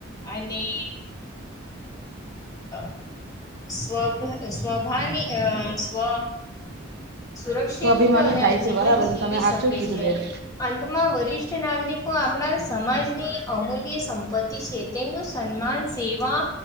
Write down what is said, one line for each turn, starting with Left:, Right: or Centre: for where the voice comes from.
Left: અને અ સ્વભ સ્વભાની અહ સ્વ સુરક્ષિત
Right: સ્વાભિમાની
Left: અને
Right: થાય છે
Left: જીવન
Right: બરાબર
Left: જીવી
Right: તમે હાચું
Left: શકે
Right: કીધું
Left: છે.
Right: બેન
Left: અંતમાં વરિષ્ઠ નાગરિકો આપણા સમાજની અમૂલ્ય સંપત્તિ છે. તેમનું સન્માન, સેવા